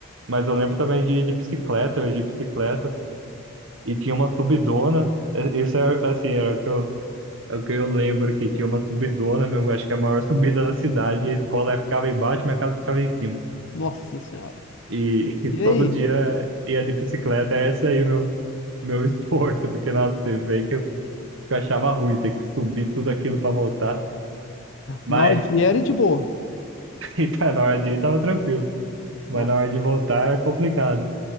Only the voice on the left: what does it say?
Nossa Senhora.
E
aí?
Norte era de boa.
Nossa,